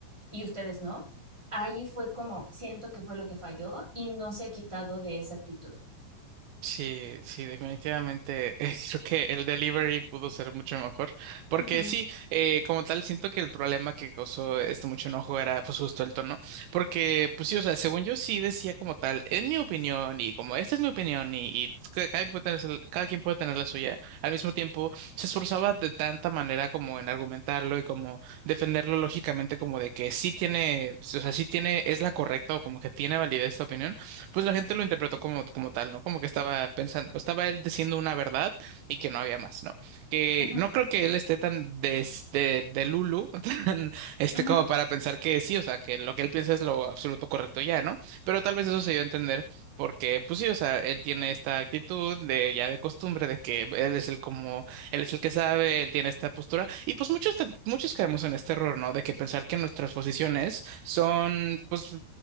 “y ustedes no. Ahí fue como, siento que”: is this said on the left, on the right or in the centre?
Centre